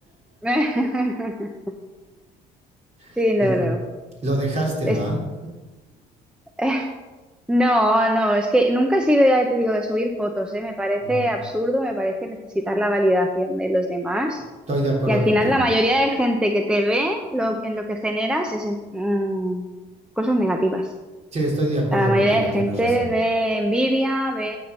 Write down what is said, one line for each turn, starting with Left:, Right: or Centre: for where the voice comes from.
Centre: <laughs> Sí,
Right: <laughs>
Centre: no, no.
Right: Lo dejaste,
Centre: Es-
Right: ¿va?
Centre: <laughs> No, no, es que nunca he sido, ya te digo, de subir fotos, ¿eh? Me parece
Right: Ujú.
Centre: absurdo, me parece necesitar la validación de los demás.
Right: Estoy de acuerdo
Centre: Y al final
Right: contigo.
Centre: la mayoría de gente que te ve, lo, en lo que generas es en- mm, cosas negativas.
Right: Sí, estoy de acuerdo
Centre: O sea, la mayoría
Right: contigo,
Centre: de gente
Right: tienes razón.
Centre: ve envidia, ve,